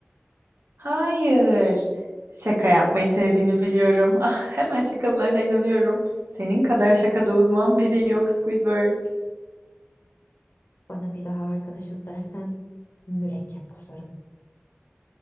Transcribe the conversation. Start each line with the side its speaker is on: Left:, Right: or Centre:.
Right: Hayır. Şaka yapmayı sevdiğini biliyorum. Ah, hemen şakalarına inanıyorum. Senin kadar şakada uzman biri yok Squidward.
Left: Bana bir daha arkadaşız dersen mürekkep kusarım.